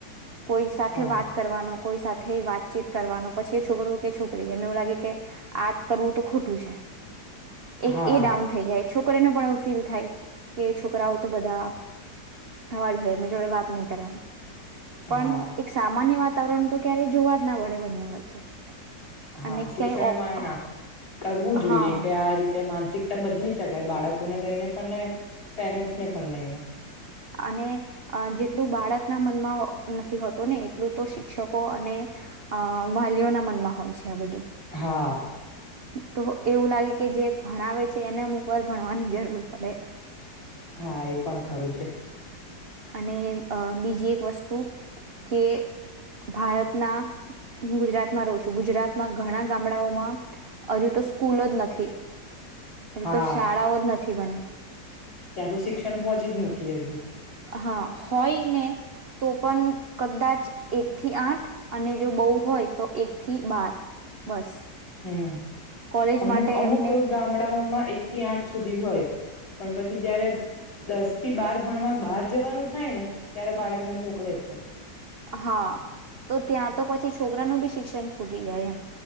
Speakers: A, on the right; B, on the left.
A: કોઈ સાથે
B: હા
A: વાત કરવાનો કોઈ સાથે વાતચીત કરવાનો પછી એ છોકરો કે છોકરી એમને એવું લાગે કે આ જ કરવું તો ખોટ ટું છે. એક
B: હા
A: એ ડાઉન થઈ જાય. છો કરીન પણ એવુ ફીલ થાય, કે છોકરાઓ તો બધા આવા જ હોય એની જોડે વાત નહી કરવાની. પણ
B: હા
A: એક સામાન્ય વાત વાતાવરણ તો ક્યારે જોવા જ ના મળે બંને વચ્ચે.
B: હા
A: અને
B: શિક્ષણમાં
A: ક્યાંય ઓપ
B: ના કરવું, જોઈએ
A: હા
B: કે આ રીતે માનસિક રીતે બદલી શકાય બાળક લોકોને લઈને પન એ પેરેન્ટ્સ ને પણ લઈને.
A: અને અહ જેટલું બાળકના મનમાં હ નથી હોતું ને એટલું તો શિક્ષકો અને અહ વાલીઓના મનમાં હોય છે આ બધું.
B: હા.
A: તો એવું લાગે કે જે ભણાવે છે એને મ ઉપર ભણવાની જરૂર પડે.
B: હા એ પણ ખરું છે.
A: અને અહ બીજી એક વસ્તુ કે ભારતના હું ગુજરાતમાં રહું છું. ગુજરાતમાં ઘણા ગામડાઓમાં હજુ તો સ્કૂલ જ નથી.
B: હા
A: તો શાળાઓ જ નથી બની.
B: ત્યાં તો શિક્ષણ પહોંચી જ નથી હગ્યું.
A: હા. હોય ને તો પણ કદાચ એક થી આઠ અને જો બહુ હોય તો એક થી બાર બસ.
B: હમ્મ.
A: કોલેજ
B: અમુક-અમુક
A: માટે એમને
B: ગામડાઓમાં એક એક થી આઠ સુધી હોય, પણ પછી જયારે દસ થી બાર ભણવા બહાર જવાનું થાય ને ત્યારે બાળકને મોકલે જ નહી
A: હા તો ત્યાં તો પછી છોકરાનું બી શિક્ષણ છૂટી જાય એમ.